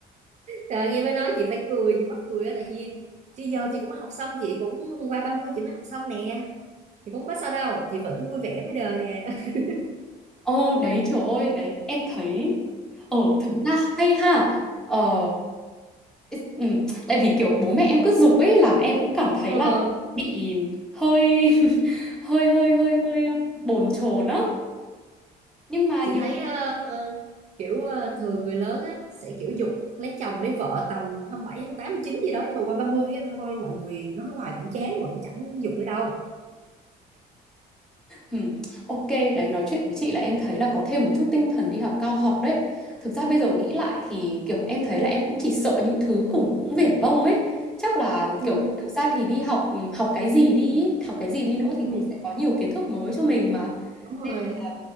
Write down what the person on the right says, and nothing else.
trời ơi, nghe bà nói chị phải cười chị mắc cười á tại vì chứ giờ chị cũng học xong chị cũng qua 30 chị mới học xong nè chị cũng có sao đâu chị vẫn vui vẻ với đời nè <laughs>
ờ
chị
thấy ờ, kiểu ờ, thường người lớn á sẽ kiểu giục lấy chồng lấy vợ tầm 27, 28, chín gì đó nhưng mà qua 30 á, thôi mọi người nói hoài cũng chán rồi cũng chẳng giục nữa đâu
ừ
ừ
đúng
rồi